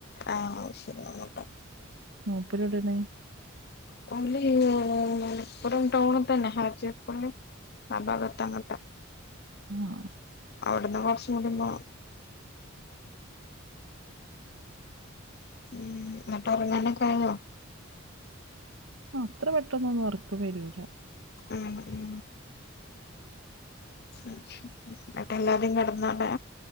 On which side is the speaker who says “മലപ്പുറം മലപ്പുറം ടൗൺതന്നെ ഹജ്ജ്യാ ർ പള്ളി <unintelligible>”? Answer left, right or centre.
Left